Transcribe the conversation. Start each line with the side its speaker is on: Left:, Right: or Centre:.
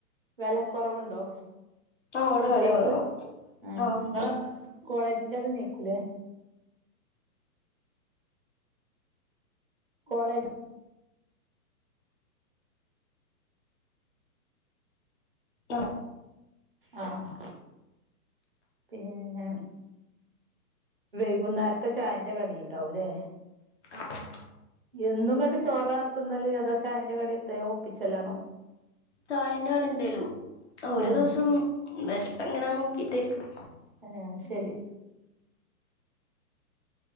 Right: വെല കൊർവ്ണ്ടോ
Left: ആ അവിടെ
Right: കുട്ട്യേൾക്ക്
Left: വില കുറവാ
Right: ആഹ്
Left: ആ ഉണ്ട്
Right: ഇങ്ങളെ കോളേജിന്റെ അത്ന്നെക്കുലെ? കോളേജ്
Left: അഹ്
Right: ആഹ് പിന്നെ വെയ്കുന്നേര്ത്തെ ചായെന്റെ കടി ഇണ്ടാവുംലേ?
Left: ആഹ്
Right: എന്നും ഇങ്ങട്ട് ചോറതിന്നല് അതോ ചായെന്റെ കടി എത്തെഒപ്പിച്ചലാണോ?
Left: ചായന്റെ കടി എന്തേലും ഒരു
Right: ആഹ്
Left: ദിവസംവെഷ്പ്പ് എങ്ങനാ നോക്കിട്ടായിരിക്കും.
Right: ഏഹ് ശെരി.